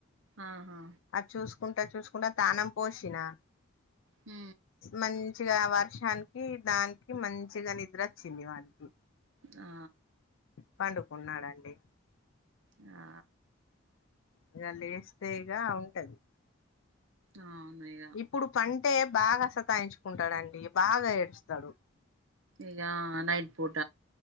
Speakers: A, on the right; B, on the left.
A: ఆహా
B: అది చూసుకుంటా చూసుకుంటా తానం పోషినా
A: ఊ
B: మంచిగా వర్షానికి దానికి మంచిగా నిద్ర వచ్చింది వానికి
A: ఆ
B: పండుకున్నాడండి
A: ఆ
B: ఇగ లేస్తే ఇగ ఉంటది.
A: ఆమేగా
B: ఇప్పుడు పంటే బాగా సతాయించుకుంటాడండి బాగా ఏడుస్తాడు.
A: ఇగా నైట్ పూట